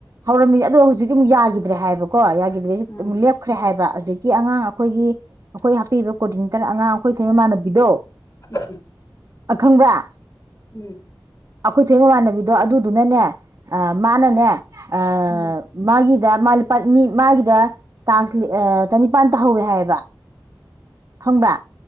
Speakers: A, on the right; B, on the left.
A: ꯍꯧꯔꯝꯃꯤ ꯑꯗꯣ ꯍꯧꯖꯤꯛ ꯑꯃꯨꯛ ꯌꯥꯒꯤꯗ꯭ꯔꯦ ꯍꯥꯏꯕꯀꯣ ꯌꯥꯒꯤꯗ꯭ꯔꯤꯖꯤ
B: ꯎꯝ
A: ꯑꯃꯨꯛ ꯂꯦꯞꯈ꯭ꯔꯦ ꯍꯥꯏꯕ ꯍꯧꯖꯤꯛꯀꯤ ꯑꯉꯥꯡ ꯑꯝ ꯑꯩꯈꯣꯏꯒꯤ ꯑꯩꯈꯣꯏ ꯍꯥꯞꯄꯤꯕ ꯀꯣꯑꯣꯗꯤꯅꯦꯇꯔ ꯑꯉꯥꯡ ꯑꯩꯈꯣꯏ ꯊꯩꯕꯃꯥꯟꯅꯕꯤꯗꯣ
B: ꯎꯝ
A: ꯑ ꯈꯪꯕ꯭ꯔꯥ
B: ꯎꯝ
A: ꯑꯩꯈꯣꯏ ꯊꯣꯏ ꯃꯃꯥꯟꯅꯕꯤꯗꯣ ꯑꯗꯨꯗꯨꯅꯅꯦ ꯃꯥꯅꯅꯦ ꯑ
B: ꯎꯝ
A: ꯃꯥꯒꯤꯗ ꯃꯥꯄꯥ ꯃꯤ ꯃꯥꯒꯤꯗ ꯇꯥꯡ ꯆꯅꯤꯄꯥꯟ ꯇꯥꯍꯧꯋꯦ ꯍꯥꯏꯌꯦꯕ ꯈꯪꯕ